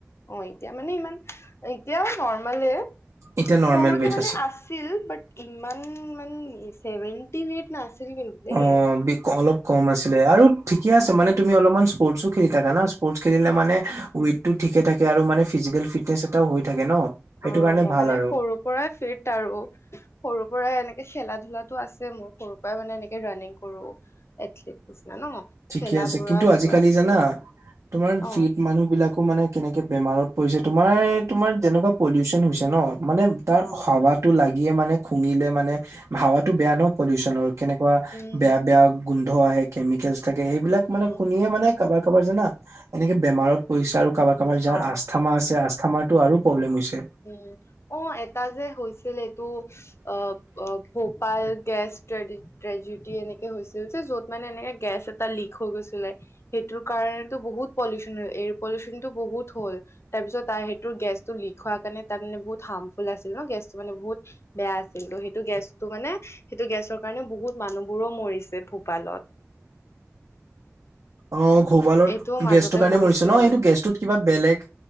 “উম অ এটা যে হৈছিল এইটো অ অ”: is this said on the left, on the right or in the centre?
Left